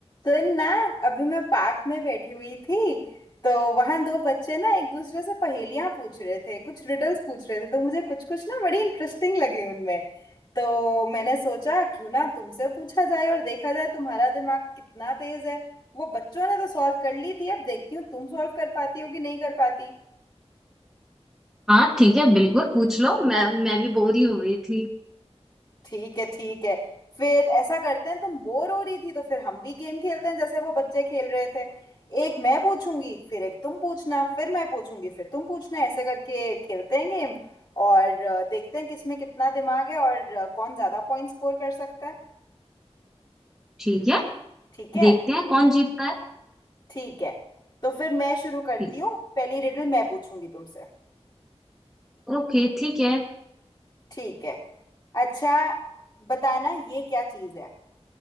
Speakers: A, on the left; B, in the centre.
A: सुन ना अभी मैं पार्क में बैठी हुई थी तो वहां दो बच्चे ना एक दूसरे से पहेलियां पूछ रहे थे कुछ रिडल्स पूछ रहे थे तो मुझे कुछ कुछ ना बड़ी इंटरेस्टिंग लगी उनमें तो मैंने सोचा क्यों ना तुमसे पूछा जाए और देखा जाए तुम्हारा दिमाग कितना तेज है वो बच्चों ने तो सॉल्व कर ली थी अब देखती हूँ तुम सॉल्व कर पाती हो कि नहीं कर पाती
B: हाँ ठीक है बिल्कुल पूछ लो मैं मैं भी बोर ही हो रही थी
A: ठीक है ठीक है फिर ऐसा करते हैं तुम बोर हो रही थी तो फिर हम भी गेम खेलते हैं जैसे वो बच्चे खेल रहे थे एक मैं पूछूंगी फिर एक तुम पूछना फिर मैं पूछूंगी फिर तुम पूछना ऐसे करके खेलते हैं गेम और अ, देखते हैं किसमें कितना दिमाग है और अ, कौन ज्यादा पॉइंट स्कोर कर सकता है
B: ठीक है
A: ठीक है
B: देखते हैं कौन जीतता है
A: ठीक है तो फिर मैं शुरू करती
B: ठीक
A: हूँ पहली रिडल मैं पूछूंगी तुमसे
B: ओके ठीक है
A: ठीक है अच्छा बताना ये क्या चीज़ है